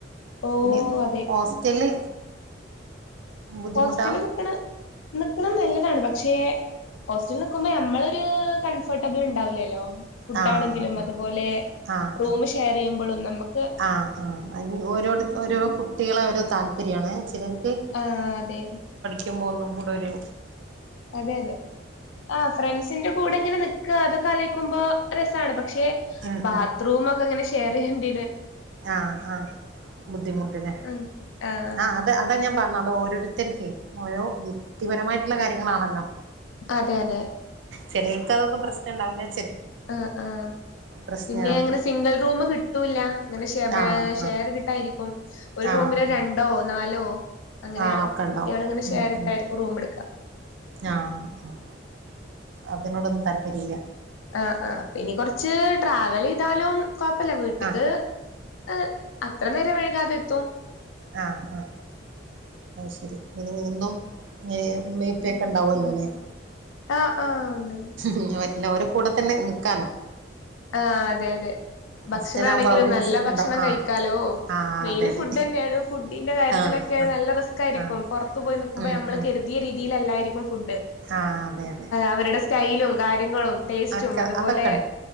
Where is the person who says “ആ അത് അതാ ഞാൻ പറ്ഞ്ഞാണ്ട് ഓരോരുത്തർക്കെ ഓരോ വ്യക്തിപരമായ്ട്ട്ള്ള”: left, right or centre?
Right